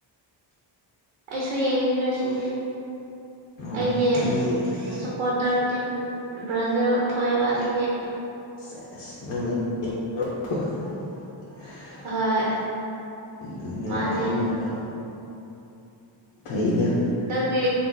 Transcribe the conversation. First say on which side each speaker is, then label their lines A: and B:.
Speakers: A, on the right; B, on the left.
A: ꯑꯩꯁꯨ ꯌꯦꯡꯒꯅꯤ ꯉꯁꯤꯗꯤ
B: ꯑꯣ
A: ꯑꯩꯒꯤ
B: ꯅꯪꯗꯤ
A: ꯁꯄꯣꯔꯇꯔ ꯇꯤꯝ ꯕ꯭ꯔꯥꯖꯤꯜ ꯊꯣꯏꯑꯦꯕ ꯑꯗꯨꯒꯤ
B: ꯁꯦꯁ <unintelligible>
A: ꯍꯣꯏ
B: ꯑꯗꯨꯅꯦꯕ
A: ꯃꯥꯅꯦ
B: ꯈꯪꯉꯤꯕ ꯊꯩꯗꯦ
A: ꯅꯪꯗꯤ